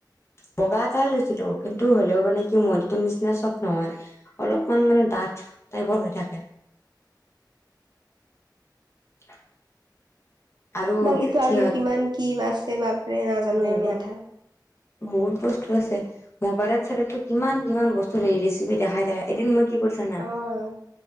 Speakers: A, on the left; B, on the right.
A: বগা এটাই লৈছিলো কিন্তু হ'লেও মানে কি মইদো নিচিনা চব নহয়। অলপমান মানে ডাঠ টাইপৰ হৈ থাকে। <inaudible> আৰু
B: বাকীো আৰু
A: সিহঁত
B: কিমান কি আছে বাপৰে নাজানোৱে
A: বহুত
B: আমি আধা।
A: বহুত বস্তু আছে মোবাইলত, চালটো কিমান কিমান বস্তু ৰেচিপি দেখাই দেখাই। এদিন মই কি কৰিছানা
B: উম,